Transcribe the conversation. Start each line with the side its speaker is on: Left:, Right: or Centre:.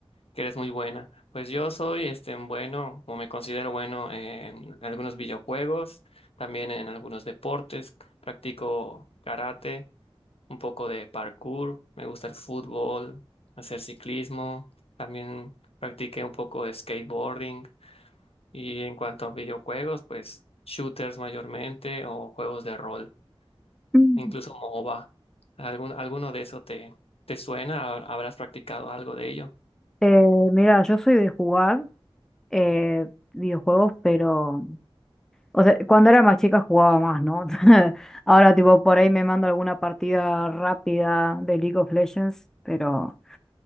Left: que eres muy buena. Pues yo soy este, bueno, o me considero bueno en algunos videojuegos, también en algunos deportes, practico karate, un poco de parkour, me gusta el fútbol, hacer ciclismo, también practiqué un poco de skateboarding. Y en cuanto a videojuegos, pues shooters mayormente o juegos de rol
Centre: <laughs>
Left: incluso MOBA. ¿Algún, alguno de eso te, te suena? ¿Ha- ¿Habrás practicado algo de ello?
Centre: Eh, mira, yo soy de jugar eh, videojuegos, pero, o sea, cuando era más chica jugaba más, ¿no? <laughs> Ahora, tipo, por ahí me mando alguna partida rápida de League of Legends, pero